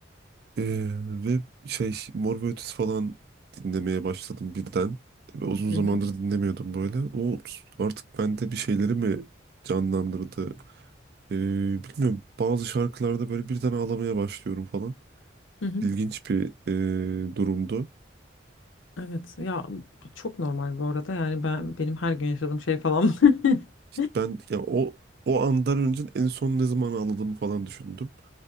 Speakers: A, on the right; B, on the left.
A: E, ve şey Mor ve Ötesi falan dinlemeye başladım birden. Ve uzun
B: hı
A: zamandır
B: hı,
A: dinlemiyordum böyle. O artık bende bir şeyleri mi canlandırdı? E, bilmiyorum bazı şarkılarda böyle birden ağlamaya başlıyorum falan.
B: hı hı.
A: İlginç bir e, durumdu.
B: Evet ya çok normal bu arada yani ben benim her gün yaşadığım şey falan <laughs>
A: İşte ben ya o o andan önce en son ne zaman ağladığımı falan düşündüm.